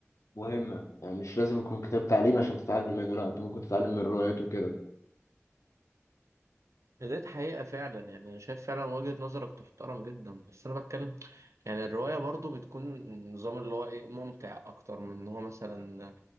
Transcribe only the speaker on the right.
ديت حقيقة فعلا يعني أنا شايف فعلا وجهة نظرك تحترم جدا بس أنا بتكلم يعني الرواية برضو بتكون نظام اللي هو إيه ممتع أكتر من إن هو مثلا